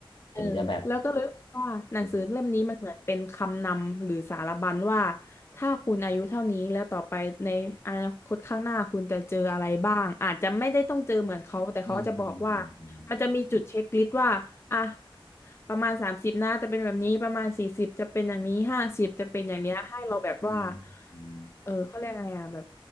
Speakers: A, on the left (about 30°); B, on the left (about 65°).
A: เออแล้วก็เลยรู้สึกว่าหนังสือเล่มนี้มันเหมือนเป็นคำนำหรือสารบัญว่า
B: ถึงจะแบบรู้
A: ถ้าคุณอายุเท่านี้แล้วต่อไปในอนาคตข้างหน้าคุณจะเจออะไรบ้างอาจจะไม่ได้ต้องเจอเหมือนเขาแต่เขาจะบอกว่า
B: อืมอืมอืมอืม
A: มันจะมีจุดเช็คลิสต์ว่าอ่ะประมาณสามสิบนะจะเป็นแบบนี้ประมาณสี่สิบจะเป็นอย่างนี้ห้าสิบจะเป็นอย่างเนี้ยให้เราแบบว่า
B: อืมอืม
A: เออเขาเรียกไงอ่ะแบบ